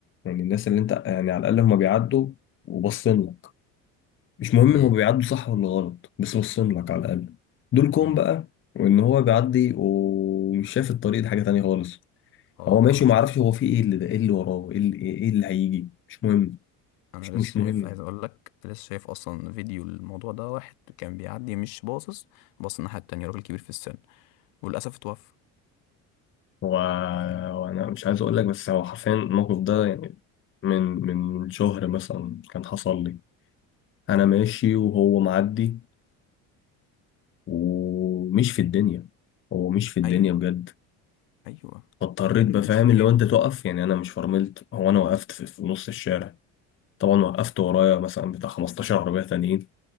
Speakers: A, on the left (about 30°); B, on the left (about 80°).
A: يعني الناس اللي انت يعني على الأقل هما بيعدوا وبصين لك مش مهم
B: امم
A: هو بيعدوا صح ولا غلط بس بصين لك على الأقل دولكم
B: امم
A: بقى وإن هو بيعدي ومش شايف الطريق دي حاجة تانية خالص
B: اه
A: هو ماشي
B: انا
A: ومعرفش
B: شفت
A: هو في ايه اللي ده ايه اللي وراه ايه اللي ايه اللي هيجي مش مهم
B: انا
A: مش مش
B: لسه شايف
A: مهم
B: عايز اقول لك لسه شايف اصلا فيديو الموضوع ده واحد كان بيعدي مش باصص باص الناحيه التانية راجل كبير في السن وللاسف اتوفى
A: هو
B: انت فاهم
A: هو انا مش عايز اقول لك بس هو حرفيا الموقف ده يعني من من شهر مثلا كان حصل لي انا
B: طيب
A: ماشي وهو معدي ومش في الدنيا هو مش في الدنيا
B: ايوه
A: بجد
B: ايوه
A: فاضطريت
B: كانه
A: بفهم
B: بيمشي في بيته
A: اللي هو انت تقف يعني انا مش فرملت هو انا وقفت في, في نص الشارع طبعا وقفت ورايا مثلا بتاع 15 عربية تانيين